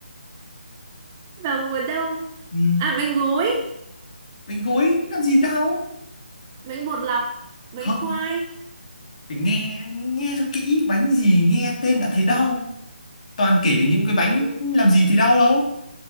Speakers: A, on the right; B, on the left.
A: Vào mùa đông.
B: ừ.
A: À bánh gối,
B: bánh gối làm gì đau
A: bánh bột lọc, bánh
B: không
A: khoai.
B: phải nghe nghe cho kỹ bánh gì nghe tên đã thấy đau toàn kể những cái
A: Đó,
B: bánh làm gì thì đau đâu